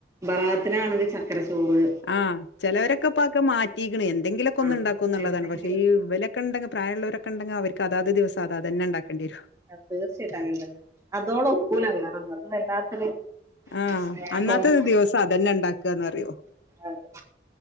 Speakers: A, on the right (about 15°); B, on the left (about 80°).
A: ബറാത്തിനാണെങ്കിൽ ചക്കര ചോറ്
B: ആഹ് ചിലവരൊക്കെ ഇപ്പൊക്കെ മറ്റിക്കണ് എന്തെങ്കിലുക്കെ ഒന്ന്ഇണ്ടാക്കോന്നുള്ളതാണ്
A: ആഹ് എന്തെങ്കിലും
B: പക്ഷെ ഇവലാക്കെ ഒക്കണ്ടെങ്കിൽ പ്രായുള്ളരോക്കെ ഇണ്ടങ്കി അവർക്ക്അതയത് ദിവസം അതാത് തെന്നാഇണ്ടാക്കേണ്ടിരും
A: അ തീർച്ചയായിട്ടും അങ്ങന തന്നെ അതോണ ഒക്കൂല വേറെന്നും വല്ലാത്തൊരു
B: ആ
A: സ്നേഹവും
B: അന്നാത്തെ ദിവസം അതന്നെ ഉണ്ടാക്കുകന്ന് അറിയോ
A: അതെ